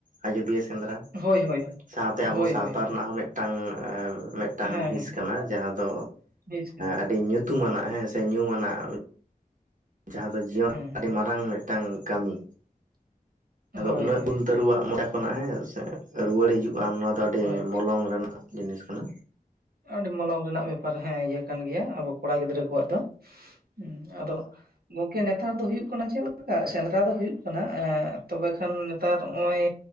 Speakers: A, on the right (about 55°); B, on the right (about 80°).
A: ᱟᱡᱚᱫᱤᱭᱟᱹ ᱥᱮᱸᱫᱽᱨᱟ?
B: ᱦᱳᱭ ᱦᱳᱭ
A: ᱥᱟᱶᱛᱮ ᱟᱵᱚ
B: ᱦᱳᱭ
A: ᱥᱟᱶᱛᱟ
B: ᱦᱳᱭ ᱦᱳᱭ
A: ᱨᱮᱱᱟᱜ ᱦᱚᱸ ᱢᱮᱫ ᱴᱟᱝ ᱢᱮᱫᱴᱟᱝ
B: ᱦᱮᱸ
A: ᱦᱤᱸᱥ
B: ᱦᱮᱸ
A: ᱠᱟᱱᱟ ᱡᱟᱦᱟᱸ ᱫᱚ
B: ᱦᱤᱸᱥ ᱠᱟᱱᱟ ᱦᱩᱸ
A: ᱟᱹᱰᱤ ᱧᱩᱛ ᱧᱩᱛᱩᱢᱟᱱᱟᱜ ᱦᱮᱸ ᱥᱮ ᱧᱩ ᱟᱱᱟᱜ ᱡᱟᱦᱟᱸ ᱫᱚ ᱡᱤᱭᱚᱱ
B: ᱦᱩᱸ
A: ᱟᱹᱰᱤ ᱢᱟᱨᱟᱝ ᱢᱤᱫ ᱢᱤᱫᱴᱟᱝ ᱠᱟᱹᱢᱤ, ᱟᱫᱚ
B: ᱦᱳᱭ
A: ᱩᱱᱟᱹᱜ
B: ᱦᱳᱭ
A: ᱩᱞ ᱛᱟᱹᱨᱩᱣᱟᱜ ᱢᱟᱪᱟ ᱠᱷᱚᱱᱟᱜ ᱦᱮᱸ ᱨᱩᱣᱟᱹᱲ ᱦᱤᱡᱩᱜ ᱟ ᱱᱚᱣᱟ ᱫᱚ ᱟᱹᱰᱤ
B: ᱦᱳᱭ
A: ᱢᱚᱞᱚᱝ ᱨᱮᱱᱟᱜ ᱡᱤᱱᱤᱥ ᱠᱟᱱᱟ᱾
B: ᱟᱹᱰᱤ ᱢᱚᱞᱚᱝ ᱨᱮᱱᱟᱜ ᱵᱮᱯᱟᱨ ᱦᱮᱸ ᱤᱭᱟᱹ ᱠᱟᱱ ᱜᱮᱭᱟ, ᱟᱵᱚ ᱠᱚᱲᱟ ᱜᱤᱫᱽᱨᱟᱹ ᱠᱚᱣᱟᱜ ᱫᱚ᱾ ᱦᱮᱸ ᱟᱫᱚ ᱜᱚᱝᱠᱮ ᱱᱮᱛᱟᱨ ᱫᱚ ᱦᱩᱭᱩᱜ ᱠᱟᱱᱟ, ᱪᱮᱫ ᱞᱮᱠᱟ ᱥᱮᱸᱫᱽᱨᱟ ᱫᱚ ᱦᱩᱭᱩᱜ ᱠᱟᱱᱟ ᱛᱚᱵᱮ ᱠᱷᱟᱱ ᱱᱮᱛᱟᱨ ᱱᱚᱜᱼᱚᱭ